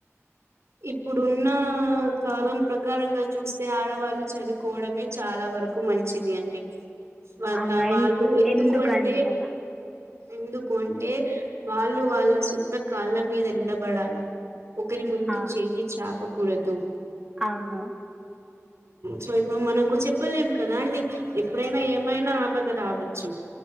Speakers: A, on the right; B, in the centre.
A: ఇప్పుడున్నా కాలం ప్రకారంగా చూస్తే ఆడవాళ్ళు చదువుకోవడమే చాలా వరకు మంచిది అండి వాల
B: అవునా
A: వాళ్ళు
B: ఎన్-
A: ఎందుకు
B: ఎందుకండి
A: అంటే
B: అలా
A: ఎందుకు అంటే వాళ్ళు వాళ్ళ సొంత కాళ్ళ మీద నిలబడాలి ఒకరి ముందు
B: ఆ,
A: చెయ్యి చాపకూడదు
B: అవును
A: సో ఇప్పుడు మనకు చెప్పలేము కదా అండి ఎప్పుడైనా ఏమైనా ఆపద రావచ్చు